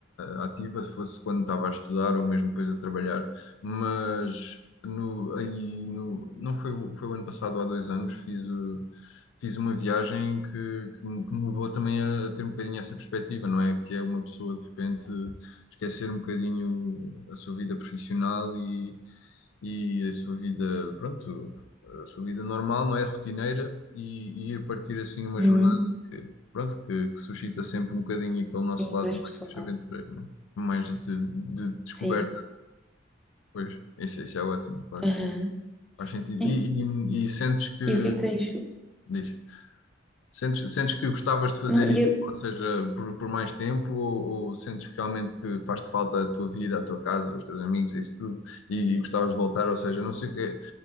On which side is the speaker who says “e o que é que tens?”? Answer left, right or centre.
Centre